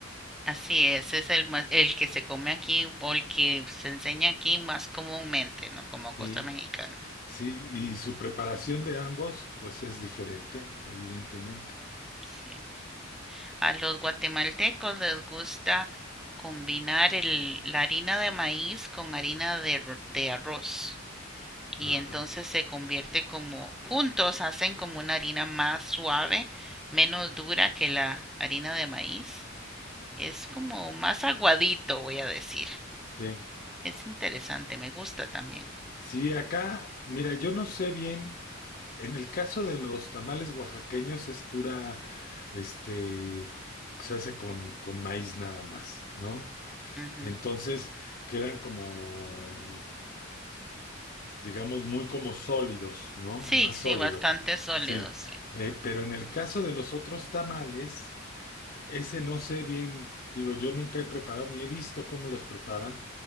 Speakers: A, in the centre; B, on the left.
A: Así es, es el más, el que se come aquí o el que se enseña aquí más comúnmente, ¿no? Como
B: Sí,
A: cosa mexicana.
B: sí. Y su preparación de ambos, pues es diferente, evidentemente.
A: Sí. A los guatemaltecos les gusta combinar el, la harina de maíz con harina de, r- de arroz y
B: Ajá.
A: entonces se convierte como, juntos hacen como una harina más suave, menos dura que la harina de maíz. Es como más aguadito, voy a decir.
B: sí.
A: Es interesante, me gusta también.
B: Sí, acá, mira, yo no sé bien, en el caso de los tamales oaxaqueños es pura, este, se hace con, con maíz nada más, ¿no?
A: Ujú.
B: Entonces quedan como, digamos, muy como sólidos, ¿no?
A: Sí,
B: Más
A: sí,
B: sólidos,
A: bastante sólidos,
B: sí.
A: sí.
B: Eh, pero en el caso de los otros tamales, ese no sé bien, digo, yo nunca he preparado ni he visto cómo los preparan